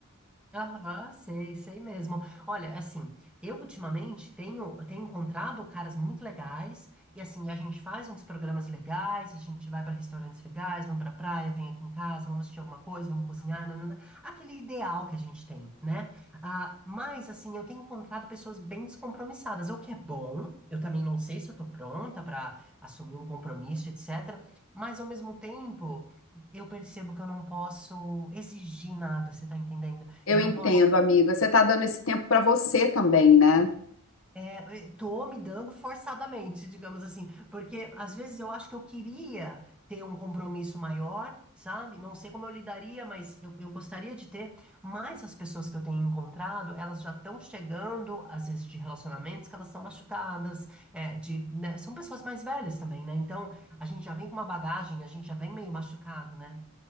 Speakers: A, in the centre; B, on the left (about 65°).
A: Aham, sei, sei mesmo. Olha, assim, eu ultimamente tenho, tenho encontrado caras muito legais, e assim, a gente faz uns programas legais, a gente vai para restaurantes legais, vamos pra praia, vem aqui em casa, vamos assistir alguma coisa, vamos cozinhar, nanana, aquele ideal que a gente tem, né? Ah, mas, assim, eu tenho encontrado pessoas bem descompromissadas, o que é bom, eu também não sei se eu tô pronta para assumir um compromisso, etc., mas ao mesmo tempo, eu percebo que eu não posso exigir nada, você tá entendendo?
B: Eu
A: Eu não
B: entendo,
A: posso.
B: amiga. Você está dando esse tempo para você também, né?
A: É, eu tô me dando forçadamente, digamos assim, porque às vezes eu acho que eu queria ter um compromisso maior, sabe? Não sei como eu lidaria, mas eu, eu gostaria de ter. Mas as pessoas que eu tenho encontrado, elas já estão chegando, às vezes, de relacionamentos que elas estão machucadas, é, de, né, São pessoas mais velhas também, né? Então a gente já vem com uma bagagem, a gente já vem meio machucado, né?